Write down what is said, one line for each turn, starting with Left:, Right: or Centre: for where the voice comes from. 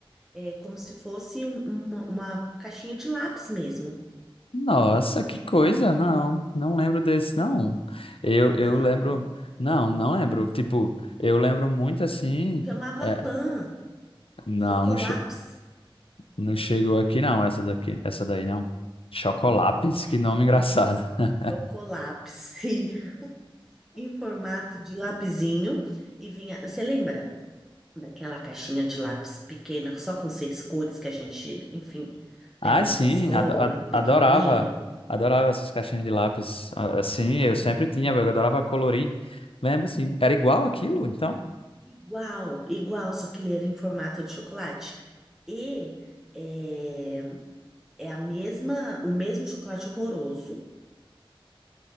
Centre: é, como se fosse um- uma, uma caixinha de lápis mesmo.
Left: Nossa, que coisa, não. Não lembro desse, não. Eu,
Centre: Não,
Left: eu lembro. Não, não lembro. Tipo, eu lembro muito assim.
Centre: chamava
Left: é,
Centre: Pan,
Left: não,
Centre: chocolapes.
Left: não, che- Não chegou aqui não, essa daqui, essa daí não. Chocolápis,
Centre: É,
Left: que nome engraçado. <laughs>
Centre: chocolapes, <laughs> sim. Em formato de lapisinho. E vinha. Você lembra? daquela caixinha de lápis pequena, só com seis cores que a gente, enfim,
Left: Ah,
Centre: levava
Left: sim,
Centre: pra escola,
Left: ado- a-
Centre: pequenininho.
Left: adorava, adorava essas caixinhas de lápis. Ah, ah, Sim, eu
Centre: Uhum.
Left: sempre tinha, eu adorava colorir. Lembro, sim. Era igual aquilo, então?
Centre: Igual, igual, só que ele era em formato de chocolate. E é, é a mesma, o mesmo chocolate horroroso,